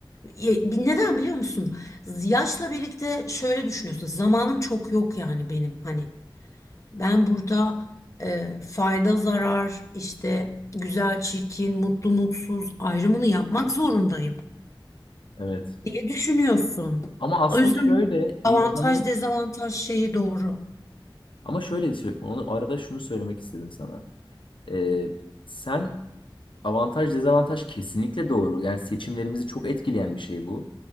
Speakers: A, on the left; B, on the left.
A: Ye- bi- Neden biliyor musun? Yaşla birlikte şöyle düşünüyorsun. Zamanım çok yok yani benim hani. Ben burada e, fayda zarar işte güzel çirkin mutlu mutsuz ayrımını yapmak zorundayım
B: evet.
A: diye düşünüyorsun.
B: Ama aslında
A: O yüzden
B: şöyle
A: avantaj
B: insanı
A: dezavantaj şeyi doğru.
B: Ama şöyle sö- onu arada şunu söylemek istedim sana. Ee, sen avantaj dezavantaj kesinlikle doğru. Yani seçimlerimizi çok etkileyen bir şey bu.